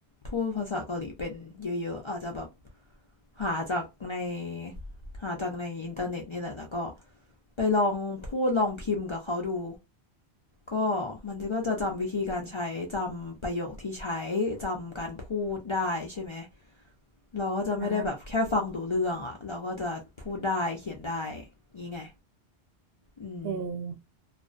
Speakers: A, on the left; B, on the right.
A: พูดภาษาเกาหลีเป็นเยอะๆอาจจะแบบหาจากในหาจากในอินเทอร์เน็ตนี่แหละแล้วก็ไปลองพูดลองพิมพ์กับเขาดู ก็มันก็จะจำวิธีการใช้จำประโยคที่ใช้จำการพูดได้ใช่ไหมเราก็จะไม่ได้แบบแค่ฟังรู้เรื่องอะเราก็จะพูดได้เขียนได้
B: อ่ะฮะ
A: งี้ไงอืม
B: เออ